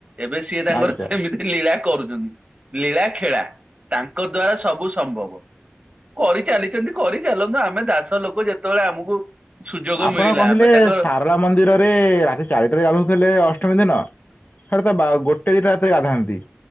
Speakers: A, on the right; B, on the left.
A: ଏବେ ସିଏ ତାଙ୍କର
B: ଆଜ୍ଞା।
A: ସେମିତି ଲୀଳା କରୁଚନ୍ତି। ଲୀଳା ଖେଳା ତାଙ୍କ ଦ୍ଵାରା ସବୁ ସମ୍ଭବ। କରିଚାଲିଚନ୍ତି, କରିଚାଲନ୍ତୁ, ଆମେ ଦାସ ଲୋକ ଯେତେବେଳେ ଆମକୁ ସୁଯୋଗ
B: ଆପଣ
A: ମିଳିଲା
B: କହିଲେ
A: ଆମେ ତାଙ୍କର
B: ସାରଳା ମନ୍ଦିରରେ ରାତି ଚାରିଟାରେ ଗାଧଉଥିଲେ ଅଷ୍ଟମୀ ଦିନ। ସେଟା ପା ବା ଗୋଟେ ଦିଟା ରାତିରେ ଗାଧାନ୍ତି